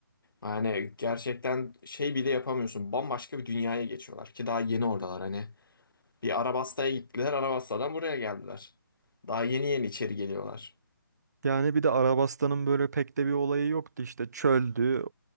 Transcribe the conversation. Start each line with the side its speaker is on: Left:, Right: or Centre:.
Left: Yani gerçekten şey bile yapamıyorsun. Bambaşka bir dünyaya geçiyorlar ki daha yeni oradalar hani. Bir Arabasta'ya gittiler, Arabasta'dan buraya geldiler. Daha yeni yeni içeri geliyorlar.
Right: Yani bir de Arabistan'ın böyle pek de bir olayı yoktu işte çöldü.